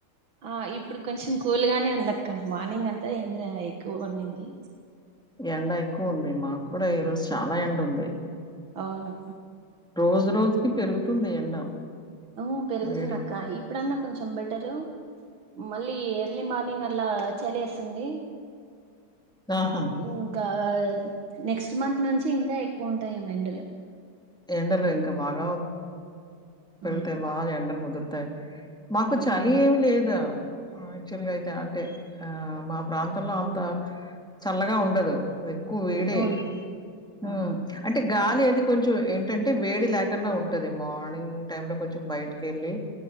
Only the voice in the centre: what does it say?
ఎండ ఎక్కువ ఉంది మాకు కూడా ఈరోజు చాలా
ఎండ ఉంది.
రోజు రోజుకి పెరుగుతుంది, ఎండ
వేడి
ఆహా.
ఎండలు ఇంకా బాగా, పెరిగితే
బాగా ఎండనలు ముదురు, <unintelligible> మాకు
చలి ఏమి లేదా, యాక్చువల్గా అయితే అంతే మా ప్రాంతంలో అంత, చల్లగా ఉండదు ఎక్కువ వేడే
హు
అంటే గాలి ఇది కొంచెం ఏంటంటే వేడి లేకుండా ఉంటది, మార్నింగ్ టైమ్ లో కొంచెం బయటకి వెళ్ళి